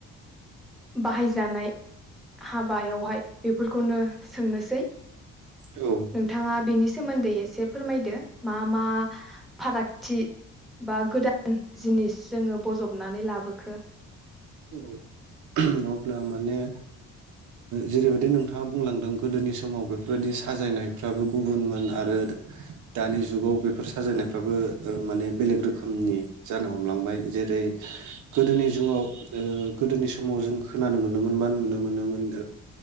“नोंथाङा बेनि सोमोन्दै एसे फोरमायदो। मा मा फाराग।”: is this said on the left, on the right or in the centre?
Centre